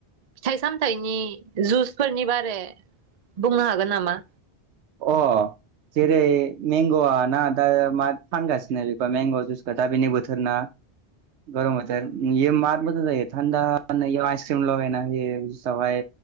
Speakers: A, on the right; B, on the right.
A: फिथाइ सामथाइनि जुसफोरनि बारे बुंनो हागोन नामा?
B: अ जेरै मेंग'आ ना दा मा फानगासिनो बेखौ मेंग' जुइसखौ दा बेनि बोथोर ना गरम मोथोर। इयो मार मोजां जायो थानदा नैआव आइसक्रिम लागायना होयो जुइसआवहाय।